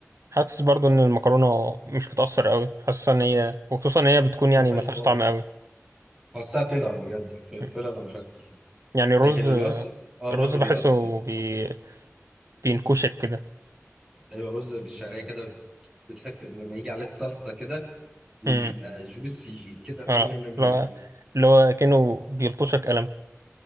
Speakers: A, on the right (about 75°); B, on the right (about 15°).
A: حاسس برضو ان المكرونه مش بتأثر قوي حاسس ان هي وخصوصا ان هي بتكون يعني
B: حرفيا
A: ملهاش
B: اه
A: طعم قوي
B: بحسها فيلر بجد حرفيا
A: مم.
B: فيلر مش أكتر
A: يعني الرز
B: لكن اللي بيأثر اه
A: الرز
B: الرز بيأثر
A: بحسه بي... بينكشك كده
B: ايوه رز بالشعريه كده بتحس إن لما يجي عليه الصلصه كده ويبقى
A: امم
B: جوسي كده
A: اه
B: نم نم نم
A: لا
B: نم
A: اللي هو كأنه بيلطشك قلم